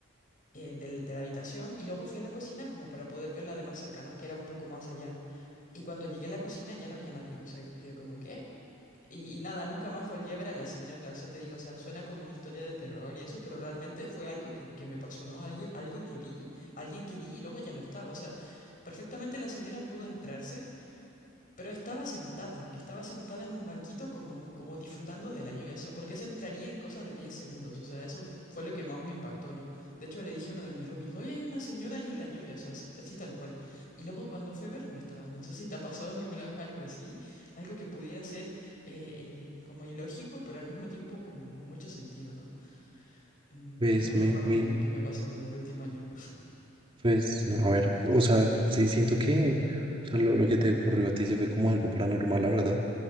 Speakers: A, on the left; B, on the right.
A: eh, del- de la habitación y luego fui a la cocina como para poder verla de más cerca, ¿no? Que era un poco más allá. Y cuando llegué a la cocina ya no había nadie, o sea, que como que... Y, y nada, nunca más volví a ver a la señora, o sea, te digo, o sea, suena como una historia de terror y eso, pero realmente fue algo que, que me pasó, ¿no? Algo, algo que vi, alguien que vi y luego ya no estaba, o sea, perfectamente la señora pudo entrarse. Pero estaba sentada, estaba sentada en un banquito como, como disfrutando de la lluvia, o sea, porque se entraría en cosa de 10 segundos, o sea, eso fue lo que más me impactó, ¿no? De hecho, le dije a uno de mis roomies, oye, hay una señora ahí en la lluvia, o sea, así, así tal cual. Y luego cuando fue a ver, no estaba, no sé si te ha pasado alguna vez algo así, algo que pudiera ser eh, eh, como ilógico, pero al mismo tiempo con, con mucho sentido, ¿no? Mm,
B: Pues
A: Es lo más
B: me,
A: raro
B: me,
A: que, que me ha pasado en el último año.
B: Pues, a ver, o sea, sí siento que o sea, lo, lo que te ocurrió a ti sí fue como algo paranormal, la verdad,